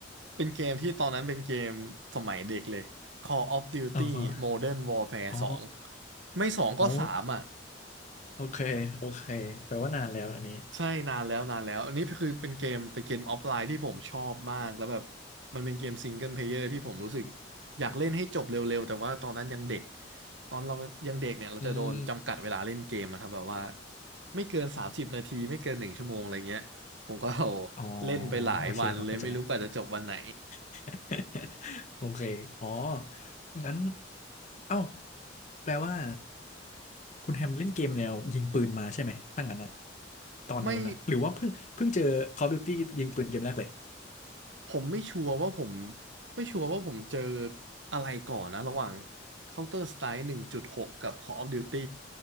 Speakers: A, on the right; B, on the left.
A: เป็นเกมที่ตอนนั้นเป็นเกมสมัยเด็กเลย Call of Duty
B: อ๋อฮะ
A: Modern Warfare
B: อ๋อ
A: 2ไม่สองก็สามอ่ะ
B: โอ้โอเคโอเคแปลว่านานแล้วอันนี้
A: ใช่นานแล้วนานแล้วอันนี้คือเป็นเกมเป็นเกมออฟไลน์ที่ผมชอบมากแล้วแบบมันเป็นเกมซิงเกิลเพลเยอร์ที่ผมรู้สึกอยากเล่นให้จบเร็วๆแต่ว่าตอนนั้นยังเด็กตอนเรายังเด็กเนี่ยเราจะโดนจำกัดเวลาเล่นเกมนะครับแบบว่า
B: อืม
A: ไม่เกิน30นาทีไม่เกินหนึ่งชั่วโมงอะไรเงี้ยผมก็ <laughs>
B: อ๋อ
A: เล่นไปหลายวันเลยไม่รู้กว่าจะจบวันไหน
B: โอเคผมเข้าใจ <laughs> โอเคอ๋องั้นเอ้าแปลว่า คุณแฮมเล่นเกมแนวยิงปืนมาใช่ไหมตั้งงั้นนะตอนนู้นนะหรือว่าเพิ่งเพิ่งเจอ
A: ไม่
B: Call of Duty ยิงปืนเกมแรกเลย
A: ผมไม่ชัวร์ว่าผมไม่ชัวร์ว่าผมเจออะไรก่อนนะระหว่าง Counter Strike 1.6กกับ Call of Duty